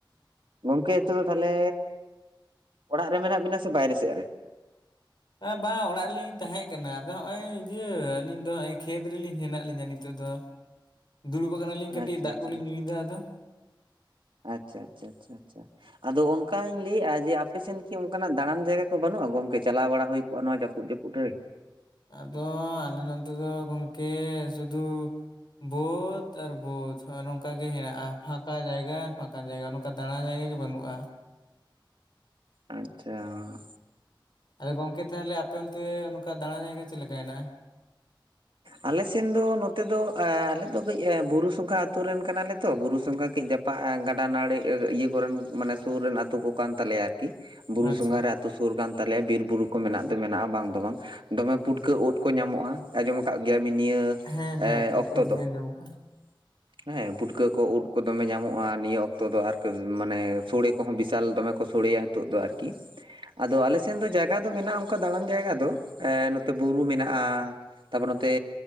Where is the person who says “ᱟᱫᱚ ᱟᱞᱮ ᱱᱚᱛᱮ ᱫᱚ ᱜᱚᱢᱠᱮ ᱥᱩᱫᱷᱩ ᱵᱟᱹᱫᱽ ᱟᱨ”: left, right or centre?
Left